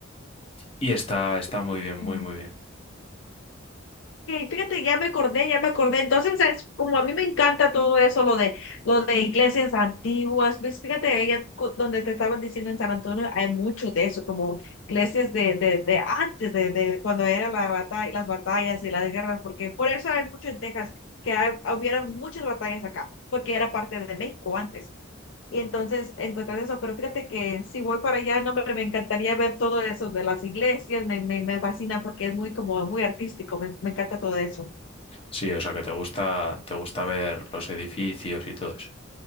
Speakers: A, on the left (about 30°); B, on the left (about 65°).
A: Y está, está muy
B: Ok,
A: bien, muy, muy bien.
B: fíjate, ya me acordé, ya me acordé. Entonces, ¿sabes? como a mí me encanta todo eso, lo de, lo de iglesias antiguas, ¿ves? Fíjate, ella, cu- donde te estaban diciendo en San Antonio, hay mucho de eso, como iglesias de, de, de antes, de, de cuando era la batalla, las batallas y las guerras, porque por eso hay mucho en Texas, que hay- hubieron muchas batallas acá, porque era parte de México antes. Y entonces encuentras eso, pero fíjate que si voy para allá, no, hombre, me encantaría ver todo eso de las iglesias, me, me, me fascina porque es muy como muy artístico, me, me encanta todo eso.
A: Sí, o sea que te gusta, te gusta ver los edificios y todo eso.